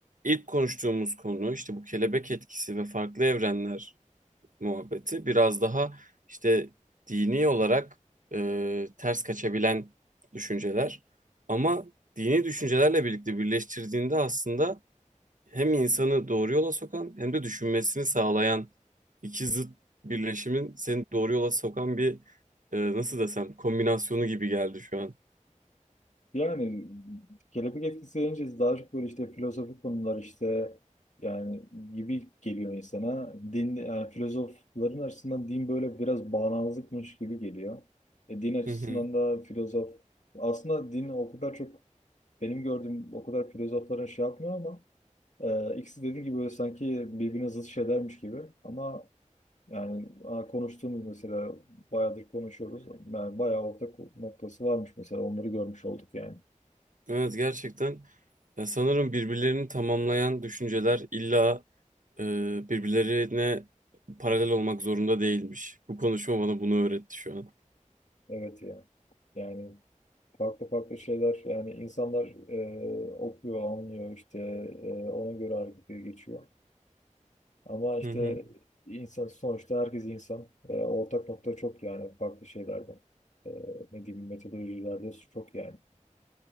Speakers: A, on the right (about 80°); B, on the left (about 65°).
A: ilk konuştuğumuz konu işte bu kelebek etkisi ve farklı evrenler muhabbeti biraz daha işte dini olarak e, ters kaçabilen düşünceler. Ama dini düşüncelerle birlikte birleştirdiğinde aslında hem insanı doğru yola sokan hem de düşünmesini sağlayan iki zıt birleşimin seni doğru yola sokan bir e, nasıl desem kombinasyonu gibi geldi şu an.
B: Yani kelebek etkisi deyince daha çok böyle işte filozofik konular işte yani gibi geliyor insana. Din yani filozofların açısından din böyle biraz bağnazlıkmış gibi geliyor. E, din açısından
A: Hı hı.
B: da filozof aslında din o kadar çok benim gördüğüm o kadar filozofların şey yapmıyor ama e, ikisi dediğim gibi böyle sanki birbirine zıt şeylermiş gibi ama Yani aa, konuştuğumuz mesela bayağıdır konuşuyoruz. Yani bayağı ortak noktası varmış mesela onları görmüş olduk yani.
A: Evet gerçekten ya sanırım birbirlerini tamamlayan düşünceler illa e, birbirlerine paralel olmak zorunda değilmiş. Bu konuşma bana bunu öğretti şu an.
B: Evet ya. Yani farklı farklı şeyler yani insanlar e, okuyor, anlıyor işte e, ona göre harekete geçiyor. Ama işte
A: Hı hı.
B: insan sonuçta herkes insan. Ee, ortak nokta çok yani farklı şeylerde. Ee, ne diyeyim metodolojilerde çok yani.